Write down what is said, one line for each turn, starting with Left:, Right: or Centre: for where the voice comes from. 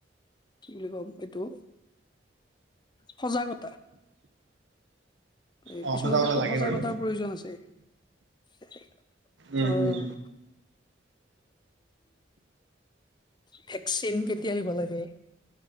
Left: কি বুলি কম এইটো সজাগতা এ
Right: অ
Left: কিছুমান
Right: সজাগতা
Left: ক্ষেত্ৰত
Right: লাগে
Left: সজাগতাৰ
Right: বাৰু
Left: প্ৰয়োজন আছে।
Right: উম
Left: ধৰ
Right: উম
Left: ভেকচিন কেতিয়া দিব লাগে।